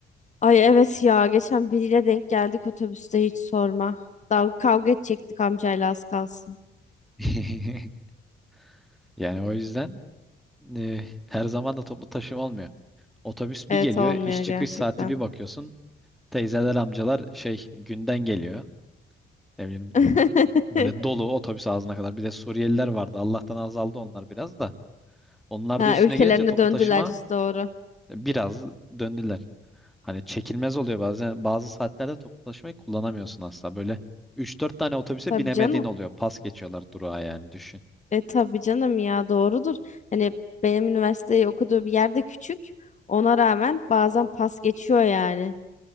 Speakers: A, on the left (about 35°); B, in the centre.
A: Ay evet ya geçen biriyle denk geldik otobüste hiç sorma. Daha kavga edecektik amcayla az kalsın.
B: <laughs> Yani o yüzden e, her zaman da toplu taşıma olmuyor. Otobüs bir
A: Evet
B: geliyor,
A: olmuyor
B: iş
A: gerçekten.
B: çıkış saati bir bakıyorsun. Teyzeler, amcalar şey günden geliyor. Ne bileyim
A: <laughs>
B: böyle dolu otobüs ağzına kadar. Bir de Suriyeliler vardı. Allah'tan azaldı onlar biraz da. Onlar
A: Ha,
B: da üstüne
A: ülkelerine
B: gelince toplu
A: döndüler
B: taşıma
A: işte doğru.
B: biraz döndüler. Hani çekilmez oluyor bazen. Bazı saatlerde toplu taşımayı kullanamıyorsun asla. Böyle üç dört tane otobüse
A: Tabii
B: binemediğin
A: canım.
B: oluyor. Pas geçiyorlar durağa yani düşün.
A: E tabii canım ya doğrudur. Hani benim üniversiteyi okuduğu bir yerde küçük. Ona rağmen bazen pas geçiyor yani.